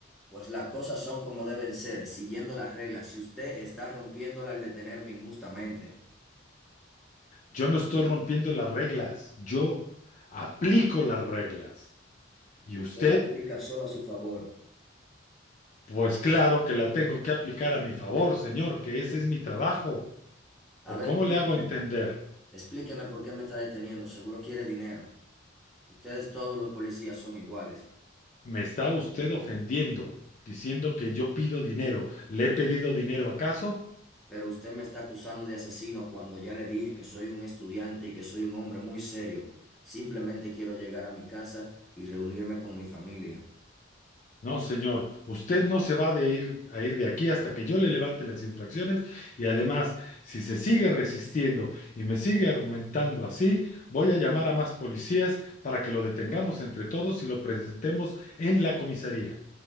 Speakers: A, in the centre; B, on the left (about 40°).
A: pues las cosas son como deben ser, siguiendo las reglas. Si usted está rompiéndolas al detenerme injustamente,
B: Yo no estoy rompiendo las reglas, yo aplico las reglas. Y
A: usted
B: usted,
A: la aplica solo a su favor.
B: pues claro que la tengo que aplicar a mi favor, señor, que ese es mi trabajo. ¿O
A: A ver,
B: cómo
A: explíqueme.
B: le hago entender?
A: Explíqueme por qué me está deteniendo. Seguro quiere dinero. Ustedes todos los policías son iguales,
B: Me está usted ofendiendo, diciendo que yo pido dinero. ¿Le he pedido dinero acaso?
A: pero usted me está acusando de asesino cuando ya le dije que soy un estudiante y que soy un hombre muy serio. Simplemente quiero llegar a mi casa y reunirme con mi familia.
B: No, señor. Usted no se va de ir, a ir de aquí hasta que yo le levante las infracciones. Y además, si se sigue resistiendo y me sigue argumentando así, voy a llamar a más policías para que lo detengamos entre todos y lo presentemos en la comisaría.